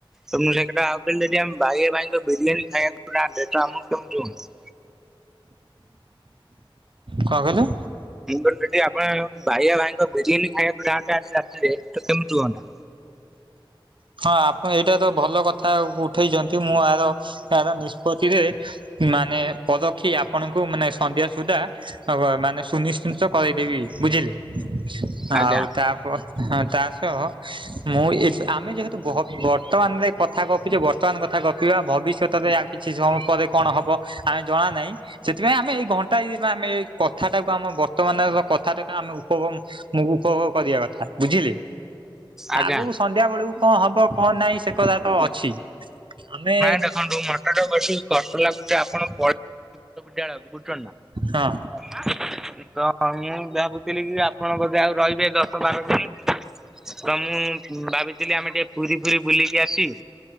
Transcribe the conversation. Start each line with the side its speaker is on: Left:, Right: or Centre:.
Centre: ତ ମୁଁ ସେଇ କଥା ଆଉ ଥରେ ଆମେ ଯଦି ଆମ ବାଇଆ ଭାଇଙ୍କ ବିରିୟାନୀ ଖାଇବାକୁ ଯାଆନ୍ତେ ଆମକୁ କେମିତି ହୁଅନ୍ତା?
Right: କଣ କହିଲେ?
Centre: ମୁ କହିଲି, ଯଦି ଆପଣ ଙ୍କୁ ଭାଇଆ ଭାଇଙ୍କ ବିରିୟାନୀ ଖାଇବାକୁ ଯାଆନ୍ତେ ଆଜି ରାତିରେ, ତ କେମିତି ହୁଅନ୍ତା?
Right: ହଁ ଆପଣ ଏଇଟା ତ ଭଲ କଥା ଉଠେଇଛନ୍ତି। ମୁଁ ଆର ଏହାର ନିଷ୍ପତିରେ ମାନେ ପରକ୍ଷୀ ଆପଣଙ୍କୁ ମାନେ ସନ୍ଧ୍ୟା ସୁଦ୍ଧା ହବ ମାନେ ସୁନିଶ୍ଚିିତ କରେଇ ଦେବି ବୁଝିଲେ। ଆଉ
Centre: ଆଜ୍ଞା
Right: ତାପ ତା ସହ ମୁଁ ଏବେ ଆମେ ଯେହେତୁ ବହ ବର୍ତ୍ତମାନରେ କଥା ଗପିଚେ ବର୍ତ୍ତମାନ କଥା ଗପିବା ଭବିଷ୍ୟତରେ ଆ କିଛି ସମୟ ପରେ କଣ ହବ ଆମେ ଜଣା ନାହିଁ। ସେଥିପାଇଁ ଆମେ ଏଇ ଘଣ୍ଟାଇ ଆମେ ଏଇ କଥାଟାକୁ। ଆମ ବର୍ତ୍ତମାନ ର କଥାଟାକୁ ଆମେ ଉପବମ ମୁଁ ଉପଭୋଗ କରିଆ। ବୁଝିଲେ,
Centre: ଆଜ୍ଞା
Right: ଆଗୁକୁ ସନ୍ଧ୍ୟା ବେଳକୁ କଣ ହବ, କଣ ନାଇଁ ସେ କଥା ତ ଅଛି। ଆମେ
Centre: ନାଇଁ ଦେଖନ୍ତୁ ମତେ ତ ବେଶୀ କଷ୍ଟ ଲାଗୁଛି ଆପଣ ପ ସବୁ <unintelligible> ବୁଝୁ ଛନ୍ତି ନାଁ।
Right: ହଁ
Centre: ତ, ମୁଁ ଭାବୁଥିଲି କି ଆପଣ ବଧେ ଆଉ ରହିବେ ଦଶ ବାର ଦିନି। ତ ମୁଁ ଭାବିଥିଲି, ଆମେ ଟିକେ ପୁରୀ ଫୁରି ବୁଲିକି ଆସି